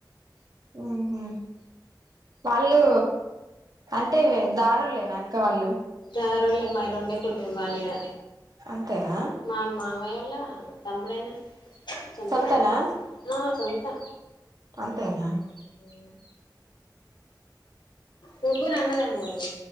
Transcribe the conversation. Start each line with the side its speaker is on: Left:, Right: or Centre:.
Right: ఉహు వాళ్ళు అంటే దారులేనా అక్క వాళ్ళు
Left: ధారళ మైరుంటే కుటుంబలిడా
Right: అంతేనా
Left: మా మామాయోల్ళ తమ్ముడేనా సొంత
Right: సొంతనా
Left: తమ్ముడు ఆ సొంతం
Right: అంతేనా
Left: అ ముగ్గురు అన్నదమ్ములు